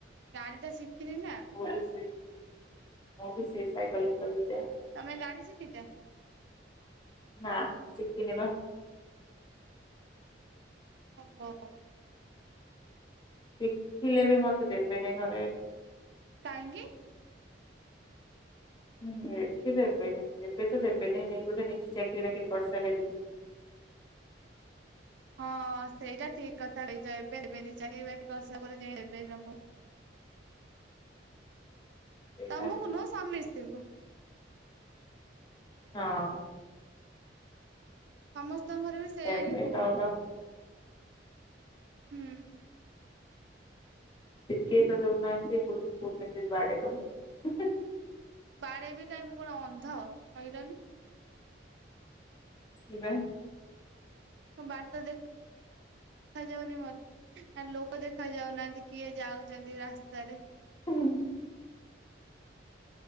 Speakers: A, on the right (about 70°); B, on the left (about 25°).
A: ଗାଡିଟା ଶିଖିନି ନା।
B: ମୁଁ ବି ସେଇ ମୁଁ ବି ସେଇ ସାଇକେଲିଙ୍ଗ୍ କରିକି ଯାଏ।
A: ତମେ ଗାଡି ଶିଖିଚ?
B: ନା ଶିଖିନି ପା।
A: ଓହୋ।
B: ଶିଖିଲେ ବି ମତେ ଦେବେନି ଘରେ ଏଠି।
A: କାହିଁକି?
B: ହୁଁ ଏଠି ଦେବେନି ଏବେ ତ ଦେବେନେଇ ଯାଇକି ବୋଧେ ନିଜେ ଚାକିରି ଫାକିରି କରିସାରିଲେ ଯଦି
A: ହଁ ସେଇଟା ଠିକ କଥା କହିଚ ଏବେ ଦେବେନି ଚାକିର ବାକିରି କରସା ପରେ ଯାଇ ଦେବେ ତମକୁ।
B: ସେଇଟା
A: ତମୁକୁ ନୁହଁ ସମିସ୍ତିଙ୍କୁ।
B: ହଁ।
A: ସମସ୍ତଙ୍କର ବି ସେଇୟା
B: ଏବେ
A: ହିଁ କୁହନ୍ତି।
B: ଡର
A: ହୁଁ।
B: କିଏ ତ ଦେଉନାହାନ୍ତି କହୁଛନ୍ତି କୋଉଠି ନେଇକି ବାଡେଇ ଦେବୁ।
A: ବାଡେଇବି କାହିଁ ମୁଁ କଣ ଅନ୍ଧ କହିଲନି।
B: କିବେ?
A: ହଁ ବାଟ ଦେଖା। ଦେଖାଯାଉନି ମତେ ନା ଲୋକ ଦେଖାଯାଉନାହାନ୍ତି କିଏ ଯାଉଛନ୍ତି ରାସ୍ତାରେ।
B: ହୁଁ।